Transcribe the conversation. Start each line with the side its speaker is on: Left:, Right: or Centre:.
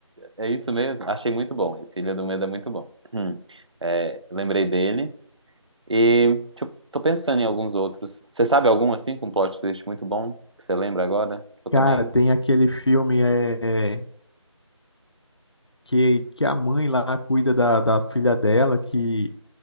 Right: é isso mesmo? Achei muito bom. Esse Ilha do Medo é muito bom. <clears throat> É, lembrei dele. E tipo, tô pensando em alguns outros. Você sabe algum assim com plot twist muito bom que você lembra agora? Eu também.
Left: Cara, tem aquele filme é, é, que, que a mãe lá cuida da, da filha dela, que